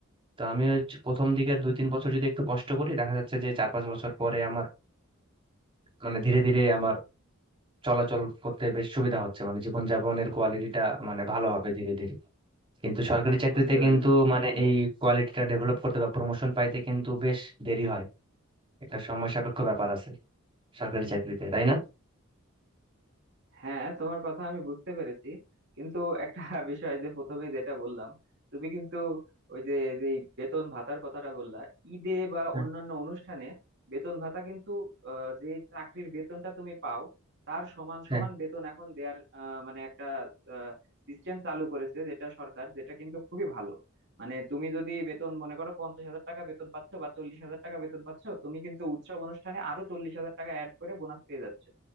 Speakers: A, on the right; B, on the right.
A: তো আমি ওই চ- প্রথম দিকের দুই তিন বছর যদি একটু কষ্ট করি দেখা যাচ্ছে যে চার পাঁচ বছর পরে আমার মানে ধীরে ধীরে আমার চলাচল করতে বেশ সুবিধা হচ্ছে মানে জীবনযাপনের কোয়ালিটিটা মানে ভালো হবে ধীরে ধীরে কিন্তু সরকারি চাকরিতে
B: বুঝতে পেরেছি
A: কিন্তু মানে এই কোয়ালিটিটা ডেভেলপ করতে বা প্রমোশন পাইতে কিন্তু বেশ দেরি হয় একটা সময় সাপেক্ষ ব্যাপার আছে সরকারি চাকরিতে তাই না
B: হ্যাঁ তোমার কথা আমি বুঝতে পেরেছি কিন্তু একটা <laughs> বিষয় যে প্রথমে যেটা বললাম তুমি কিন্তু ওই যে যে বেতন ভাতার কথাটা বললা ঈদে বা
A: হ্যাঁ
B: অন্যান্য অনুষ্ঠানে বেতন ভাতা কিন্তু আহ, যে চাকরির বেতনটা তুমি পাও তার সমান
A: হ্যাঁ
B: সমান বেতন এখন দেয়ার আহ, মানে একটা সিস্টেম চালু করেছে যেটা সরকার যেটা কিন্তু খুবই ভালো মানে তুমি যদি বেতন মনে করো পঞ্চাশ হাজার টাকা বেতন পাচ্ছ বা চল্লিশ হাজার টাকা বেতন পাচ্ছ তুমি কিন্তু উৎসব অনুষ্ঠানে আরো চল্লিশ হাজার টাকা অ্যাড করে বোনাস পেয়ে যাচ্ছ